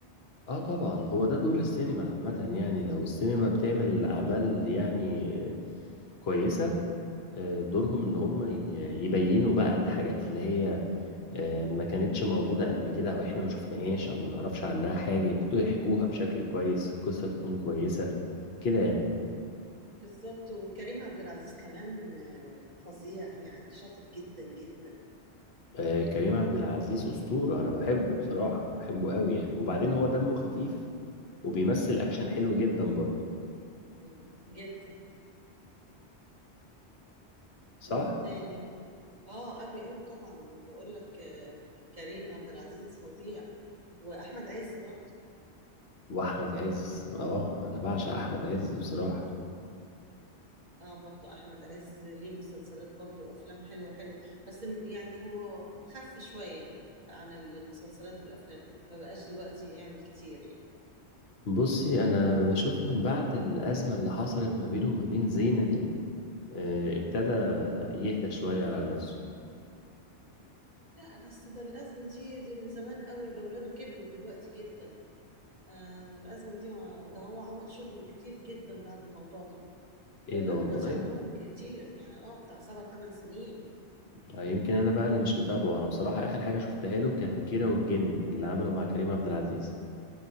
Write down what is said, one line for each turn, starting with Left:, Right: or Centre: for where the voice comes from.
Left: اه طبعا هو ده دور السينما عامة يعني لو السينما بتعمل أعمال يعني كويسة آه، دورهم إن هم ي- يبينوا بقى الحاجات اللي هي آه، ما كانتش موجودة قبل كده أو إحنا ما شفناهاش أو ما نعرفش عنها حاجة يبتدوا يحكوها بشكل كويس القصة تكون كويسة كده يعني
Right: مم. بالظبط وكريم عبد العزيز كمان آه، فظيع يعني شاطر جدا جدا
Left: آه، كريم عبد العزيز أسطورة أنا بحبه بصراحة بحبه قوي يعني
Right: مم.
Left: وبعدين هو دمه خفيف وبيمثل أكشن حلو جدا برضه
Right: مم. جدا
Left: صح؟
Right: مين تاني اه قوي قوي طبعا بقول لك آه، كريم عبد العزيز فظيع واحمد عز برضه
Left: وأحمد عز آه أنا بعشق أحمد عز بصراحة
Right: اه برضه احمد عز ليه مسلسلات برضه وافلام حلوه حلوه بس م- يعني هو خف شويه عن المسلسلات والافلام ما بقاش دلوقتي يعمل كتير يعني
Left: بصي انا بشوف من بعد الازمه اللي حصلت ما بينه وما بين زينه دي آه، ابتدى
Right: مم.
Left: يهدى شويه على نفسه
Right: لا بس ده الازمه دي دي من زمان قوي ده ولاده كبروا دلوقتي جدا آه الازمه دي مع- ده هو عمل شغل كتير جدا بعد الموضوع ده
Left: ايه
Right: ده ولاده
Left: ده والله
Right: دلوقتي عندهم كتير يعني اه بتاع سبع ثمان سنين
Left: آه، يمكن انا بقى اللي مش متابعه انا بصراحه اخر حاجه شفتها له كان كيرة والجن اللي عمله مع كريم عبد العزيز